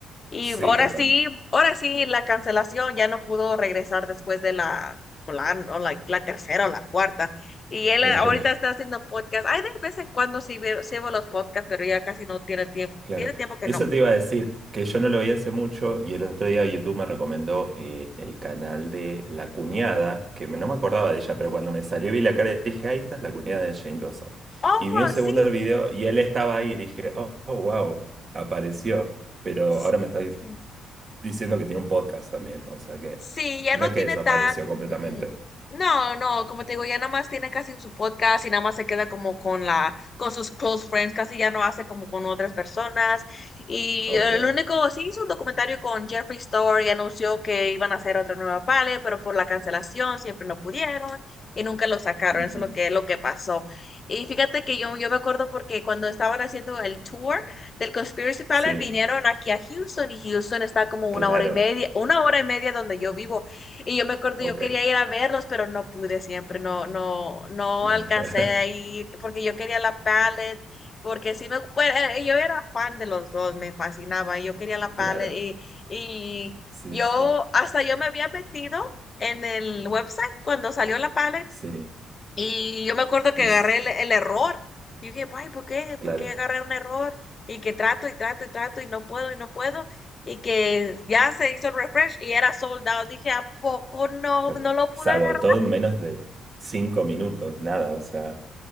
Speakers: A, on the left; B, on the right.
A: Y
B: Sí,
A: ahora
B: total.
A: sí, ahora sí, la cancelación ya no pudo regresar después de la, o la, o la, la tercera o la cuarta. Y él
B: <laughs>
A: eh, ahorita está haciendo podcast. Ay, de vez en cuando sí veo, sí veo los podcasts, pero ya casi no tiene tiempo.
B: Claro,
A: Tiene tiempo que
B: eso
A: no.
B: te iba a decir, que yo no lo vi hace mucho y el otro día YouTube me recomendó eh, el canal de La Cuñada, que me- no me acordaba de ella, pero cuando me salió vi la cara y dije, ahí esta es la cuñada de Jane Dawson.
A: Oh,
B: Y vi un segundo
A: sí,
B: del video y él estaba ahí y dije, oh, oh, wow, apareció, pero
A: sí.
B: ahora me está dic- diciendo que tiene un podcast también, o sea que
A: Sí, ya
B: no
A: no
B: es
A: tiene
B: que desapareció
A: tan...
B: completamente.
A: mm, No, no, como te digo, ya nada más tiene casi su podcast y nada más se queda como con la, con sus close friends, casi ya no hace como con otras personas. Y
B: Ok,
A: eh, lo único, sí hizo un documentario con Jeffree Star y anunció que iban a hacer otra nueva pale, pero por la cancelación siempre no pudieron y nunca lo sacaron.
B: ujú.
A: Eso es lo que, lo que pasó. Y fíjate que yo, yo me acuerdo porque cuando estaban haciendo el tour, del Conspiracy Palace
B: Sí,
A: vinieron aquí a Houston y Houston está como una
B: claro,
A: hora y media, una hora y media donde yo vivo. Y yo me acuerdo,
B: ok.
A: yo quería ir a verlos, pero no pude siempre, no, no, no
B: <laughs>
A: alcancé a ir porque yo quería la Palette porque sí me, bueno, eh, yo era fan de los dos, me fascinaba, yo quería la paleta
B: Claro,
A: y, y
B: sí,
A: yo,
B: sí,
A: hasta yo me había metido en el website cuando salió la paleta
B: sí.
A: y yo me acuerdo que
B: Y
A: agarré
B: s-
A: el, el error. Y dije, ay, ¿por qué?
B: Claro,
A: ¿Por qué agarré un error? Y que trato y trato y trato y no puedo y no puedo. Y que ya se hizo el refresh y era sold out. Dije, ¿a poco no,
B: claro.
A: no lo pude
B: Se agotó
A: agarrar?
B: en menos de cinco minutos, nada, o sea,